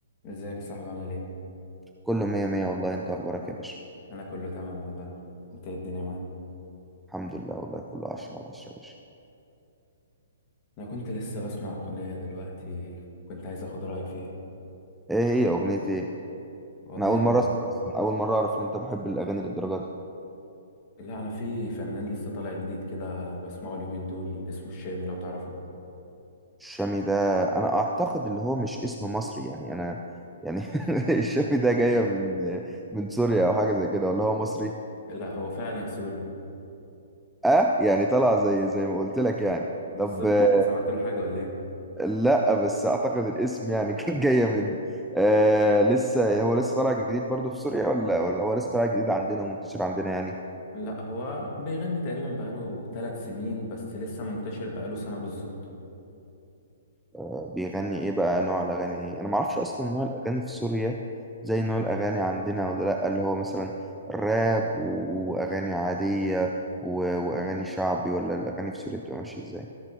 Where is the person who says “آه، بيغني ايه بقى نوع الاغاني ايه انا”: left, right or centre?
Centre